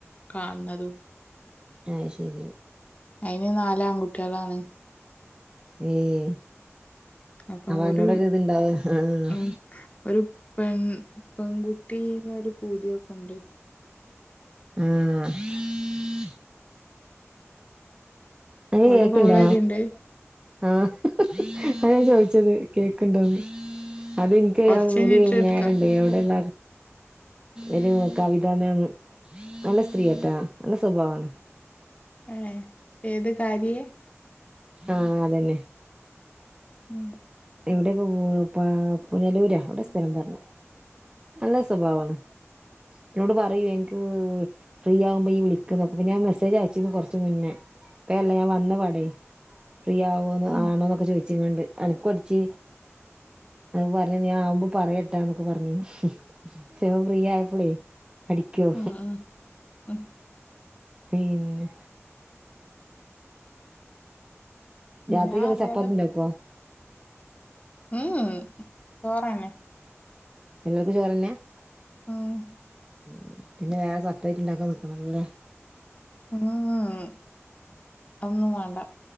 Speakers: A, on the left; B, on the right.
A: കാണ്ണതും
B: ആയ് ശരി
A: അയിന് നാല് ആൺകുട്ട്യേളാണ്
B: ഏഹ്‌
A: അപ്പൊ
B: അപ്പന്നോടൊരുത്ണ്ടാവ
A: ഒരു
B: ആഹ്‌
A: ഉം ഒരു പെൺ പെൺകുട്ടീന്നൊരു പൂതിയൊക്കെണ്ട്
B: ആഹ് ങ്ങക്ക്
A: അവിടെ
B: കേക്ക്‌ണ്ടോ
A: കോള് വര്ണ്ട്
B: ആഹ്‌ അതാ ഞാൻ ചോയിച്ചത് കേക്ക്‌ണ്ടോന്ന് അതിൻക്ക്
A: കൊറച്ച്
B: ഞാൻ
A: കഴിഞ്ഞിട്ട്
B: ഒരു
A: എടുക്കാ
B: മേലണ്ട് അവടെള്ള ഒരു കവിതാ മേമ് നല്ല സ്ത്രീയാട്ടോ നല്ല സ്വഭാവാണ്
A: ഏഹ് ഏത് കാര്യേ
B: ആഹ്‌ അതന്നെ
A: ഉം
B: എവിടെപ്പോ <unintelligible> പുനലൂരാ എവിടോ സ്ഥലം പറഞ്ഞു നല്ല സ്വഭാവാണ് എന്നോട് പറയോ എനിക്ക് ഫ്രീ ആകുമ്പോ ഈ വിളിക്ക്‌ന്ന് അപ്പോ ഞാൻ മെസേജ് അയച്ചിന്ന് കൊറച്ച് മുന്നേ ഇപ്പ അല്ല ഞാൻ വന്ന പാടേ ഫ്രീ ആവോന്ന്
A: ഉം
B: ആണോന്നൊക്കെ ചോയിച്ച് ക്കാണ്ട് അനക്കും അട് ച്ച് പർഞ്ഞ് ഞാൻ ആവുമ്പോ പറയട്ടാന്നൊക്കെ പർഞ്ഞ് ചെൽപ്പോ ഫ്രീ ആയപ്പളേ അടിക്കോ
A: ഉം ഉം
B: പിന്നെ
A: ഉം
B: രാത്രിക്ക്
A: ഞാൻ
B: എന്ത
A: അറിയാതെ
B: ചപ്പാത്തി ണ്ടാക്കോ
A: ഉം ഉം ചോറെന്നെ
B: എല്ലർക്കും ചോറെന്നെയാ
A: ആഹ്‌
B: ഉം പിന്നെ വേറെ സപറേറ്റ് ഇണ്ടാക്കാ ന്ക്കണല്ലേ
A: ഉം ഉം അഹ ഒന്നും വേണ്ട.